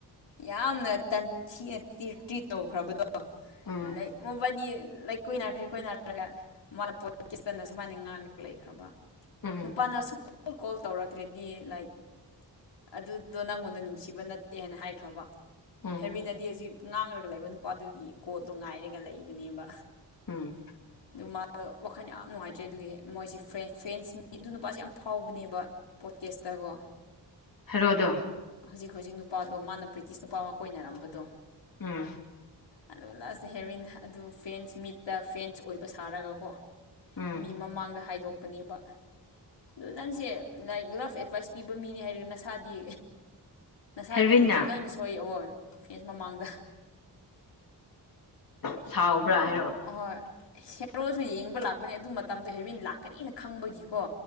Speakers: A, on the left (about 85°); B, on the left (about 50°).
A: ꯌꯥꯝꯅ ꯇꯟ ꯊꯤꯅ ꯇ꯭ꯔꯤꯠ ꯇꯧꯈ꯭ꯔꯕꯗꯣ
B: ꯎꯝ
A: ꯂꯥꯏꯀ ꯃꯣꯕꯥꯅꯤ ꯂꯥꯏꯀ ꯀꯣꯏꯅꯥꯈ꯭ꯔꯦ ꯀꯣꯏꯅꯥꯔꯒ ꯃꯥꯅ ꯄꯣꯠꯀꯦꯁꯇꯅ ꯁꯨꯃꯥꯏꯅ ꯉꯥꯡꯉ ꯂꯩꯈ꯭ꯔꯕ
B: ꯎꯝ
A: ꯅꯨꯄꯥꯅ ꯑꯁꯨꯛ ꯀꯣꯜ ꯇꯧꯔꯛꯈꯇ꯭ꯔꯦꯗꯤ ꯂꯥꯏꯛ ꯑꯗꯨꯗꯣ ꯅꯪꯉꯣꯟꯗ ꯅꯨꯡꯁꯤꯕ ꯅꯠ ꯇꯦꯅ ꯍꯥꯏꯈ꯭ꯔꯕ
B: ꯎꯝ
A: ꯍꯦꯔꯣꯏꯟꯅꯗꯤ ꯍꯧꯖꯤꯛ ꯉꯥꯡꯔꯒ ꯂꯩꯕ ꯅꯨꯄꯥꯗꯨꯒꯤ ꯀꯣꯜꯗꯣ ꯉꯥꯏꯔꯒ ꯂꯩꯕꯅꯦꯕ꯫
B: ꯎꯝ꯫
A: ꯑꯗꯨ ꯃꯥꯗꯨ ꯋꯥꯈꯜ ꯌꯥꯝ ꯅꯨꯡꯉꯥꯏꯇ꯭ꯔꯦ ꯑꯗꯨꯒꯤ ꯃꯣꯏꯁꯦ ꯐ꯭ꯔꯦ ꯐ꯭ꯔꯦꯟꯁ ꯃꯤ ꯑꯗꯨ ꯅꯨꯄꯥꯁꯦ ꯌꯥꯝ ꯐꯥꯎꯕꯅꯦꯕ꯫ ꯄꯣꯠꯀꯦꯁꯇꯀꯣ꯫
B: ꯍꯦꯔꯣꯗꯣ
A: ꯍꯧꯖꯤꯛ ꯍꯧꯖꯤꯛ ꯅꯨꯄꯥꯗꯣ ꯃꯥꯅ ꯕ꯭ꯔꯤꯇꯤꯁ ꯅꯨꯄꯥ ꯑꯃ ꯀꯣꯏꯅꯔꯝꯕꯗꯣ꯫
B: ꯎꯝ꯫
A: ꯑꯗꯨꯒ ꯂꯥꯁꯇ ꯍꯦꯔꯣꯏꯟ ꯑꯗꯨ ꯐꯦꯁꯟ ꯃꯤꯠꯇ ꯐꯦꯁꯟ ꯑꯣꯏꯕ ꯁꯥꯔꯒꯀꯣ
B: ꯎꯝ
A: ꯃꯤ ꯃꯃꯥꯡꯗ ꯍꯥꯏꯗꯣꯛ ꯄꯅꯦꯕ ꯑꯗꯨ ꯅꯪꯁꯦ ꯂꯥꯏꯛ ꯂꯥꯞ ꯑꯦꯗꯚꯥꯏꯁ ꯄꯤꯕ ꯃꯤꯅꯦ ꯍꯥꯏꯔꯒ ꯅꯁꯥꯗꯤ ꯅꯁꯥꯗꯒꯤꯗꯤ
B: ꯍꯦꯔꯣꯏꯟꯅ
A: ꯂꯣꯏꯅ ꯁꯣꯏꯑꯣ ꯐꯦꯟꯁ ꯃꯃꯥꯡꯗ꯫
B: ꯁꯥꯎꯕ꯭ꯔꯥ꯫ ꯍꯥꯏꯔꯣ
A: <unintelligible> ꯑꯍꯣꯏ ꯍꯦꯔꯣꯁꯨ ꯌꯦꯡꯕ ꯂꯥꯛꯄꯅꯦ ꯑꯗꯨ ꯃꯇꯝꯗꯣ ꯍꯦꯕꯤꯟ ꯂꯥꯛꯀꯅꯤꯅ ꯈꯪꯕꯒꯤꯀꯣ꯫